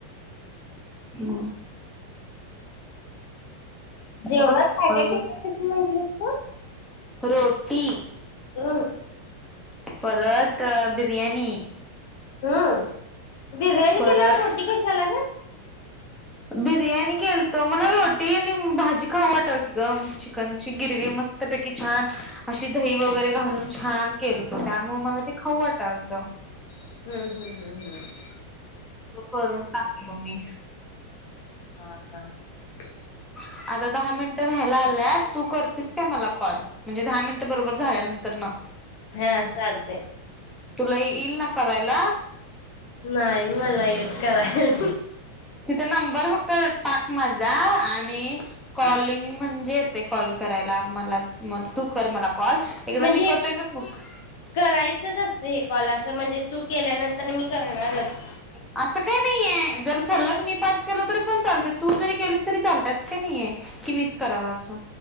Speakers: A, in the centre; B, on the left.
A: ह
B: जेवणात
A: मग
B: काय
A: अजून
B: काय किस म्हटलेस तू
A: रोटी
B: ह
A: परत बिर्याणी
B: हम्म बिर्याणी
A: परत
B: केल्यावर रोटी कशा आला ग
A: बिर्याणी केल तर मलाटी आणि भाजी खाऊ वाटल त ग चिकनची गिरवी म मस्त बकीि छ अशी दही वगैरे घालून छान केलतो त्यामुळे मला ते खाऊ वाट आलत
B: हम्म हम्म हम्म हम्म.
A: करून टाकलो मी
B: हा हा हा
A: ह आता दहा मिनिटं व्हायला आल्यात तू करतेस काय मला कॉल म्हणजे दहा मिनिट बरोबर झाल्यानंतर न
B: हा चालतंय
A: तुला येईल ना का वयला
B: नाही मला येत करायल
A: तिथे नंबर फक्त टाक माझा आणि कॉलिंग म्हणजे येते कॉल करा मला तू कर मला कॉल एकदा
B: म्हणजे
A: मी करतो
B: हे
A: एकदा तू कर
B: करायचच असत हे कॉल अस म्हणजे तू केल्यानंतर मी करणारच
A: हो असं काही नाहीये जर सलग मी पाच केलो तरी पण चालते तू जरी केलीस तरी चालते असं काही नाहीे किमीच कराव असं